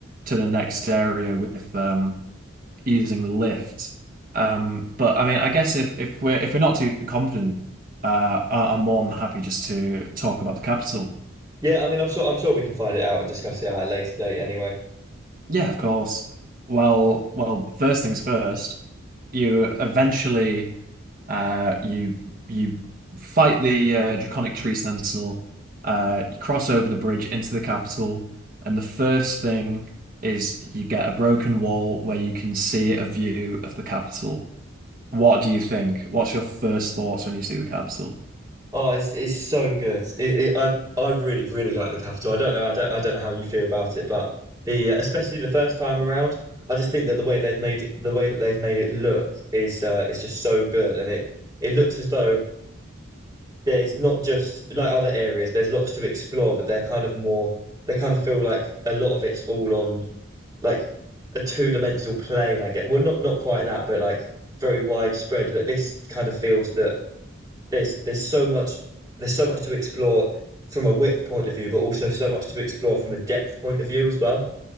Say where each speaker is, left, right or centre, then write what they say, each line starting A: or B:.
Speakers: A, on the right; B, on the right.
A: to the next area with um using the lift. Um, but I mean, I guess if if we're if we're not too confident, uh, I- I'm more than happy just to talk about the capital.
B: yeah, I mean, I'm sure I'm sure we can find it out and discuss it at a later date. Anyway,
A: Yeah, of course. Well, well, first things first, you eventually. Uh, you you fight the uh, Draconic Tree Sentinel. Uh, you cross over the bridge into the capital, and the first thing is you get a broken wall where you can see a view of the capital. What do you think? What's your first thoughts when you see the capital?
B: oh, it's it's so good. It, it, I I really really like the capital. I don't know, I don't I don't know how you feel about it, but the uh, especially the first time around, I just think that the way they've made it, the way that they've made it look is uh, is just so good, and it it looks as though there's not just like other areas. There's lots to explore, but they're kind of more. They kind of feel like a lot of it's all on like a two-dimensional plane, I guess. Well, not not quite that, but like very widespread. But this kind of feels that there's there's so much there's so much to explore from a width point of view, but also so much to explore from a depth point of view as well.